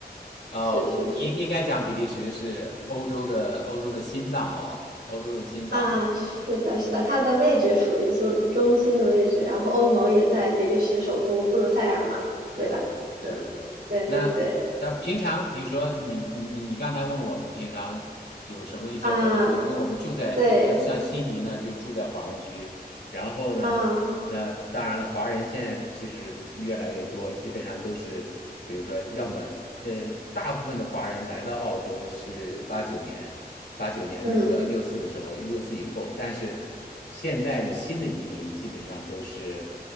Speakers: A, on the left (about 85°); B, on the right (about 75°).
A: 呃，
B: 是是是。
A: 应应该讲比利时是欧洲的欧洲的心脏哦，欧洲的心脏。
B: 啊，是的，是的，它的位置处于中中心的位置，然后欧盟也在比利时首都布鲁塞尔嘛，
A: 对对，
B: 对吧？嗯，对对对，
A: 那但平常比如说你你你刚才问我们平常有什么一些活动，
B: 啊，
A: 因为我们住在就像像悉尼呢，
B: 对
A: 就住在华人区，然后呢，
B: 啊，
A: 那当然了，华人现在其实越来越多，基本上都是，比如说，要么呃，大部分的华人来到澳洲是八九年，八九年那个六四的时候，
B: 嗯
A: 六四以后，但是现在的新的移民基本上都是